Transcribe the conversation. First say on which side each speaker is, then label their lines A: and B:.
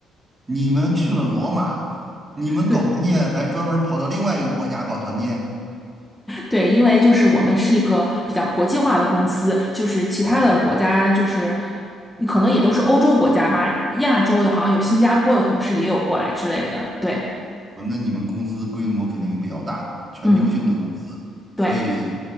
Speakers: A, on the right (about 20°); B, in the centre.
A: 你们去了罗马，你们搞团建还专门跑到另外一个国家搞团建？
B: 对对，因为就是我们是一个比较国际化的公司，就是其他的国家就是
A: 哦，
B: 可能也都是欧洲国家吧，亚洲的好像有新加坡的同事也有过来之类的，对。
A: 哦那你们公司规模肯定比较大，全球性的公司，
B: 嗯，对，
A: 所以